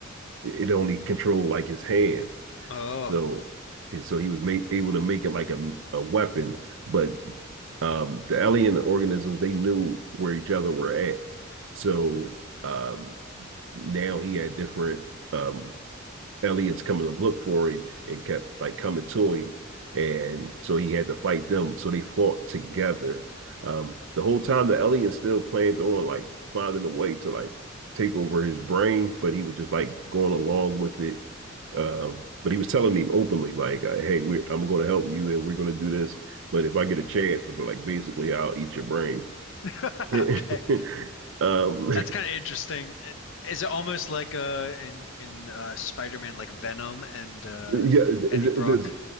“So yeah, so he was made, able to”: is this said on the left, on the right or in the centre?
Right